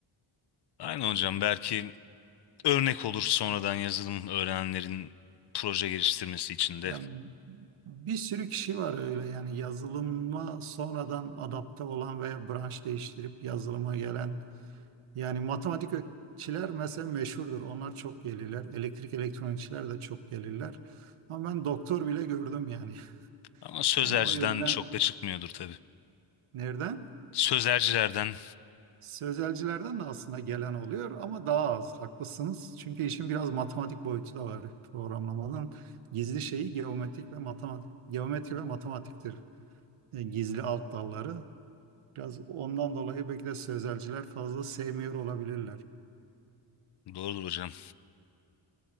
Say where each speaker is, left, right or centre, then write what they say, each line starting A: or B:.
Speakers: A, on the left (about 55°); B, on the right (about 85°).
A: Aynen hocam belki örnek olur sonradan yazılım öğrenenlerin proje geliştirmesi için de.
B: Yani bir sürü kişi var öyle yani yazılıma sonradan adapte olan veya branş değiştirip yazılıma gelen. Yani matematikçiler mesela meşhurdur. Onlar çok gelirler. Elektrik elektronikçiler de çok gelirler. Ama ben doktor bile gördüm yani. <laughs>
A: Ama sözerciden
B: Yani o yüzden
A: çok da çıkmıyordur tabii.
B: nereden?
A: Sözercilerden
B: Sözelcilerden de aslında gelen oluyor ama daha az. Haklısınız. Çünkü işin biraz matematik boyutu da var. Programlamanın gizli şeyi geometrik ve matematik, geometri ve matematiktir. E, gizli alt dalları. Biraz ondan dolayı belki de sözelciler fazla sevmiyor olabilirler.
A: doğrudur hocam.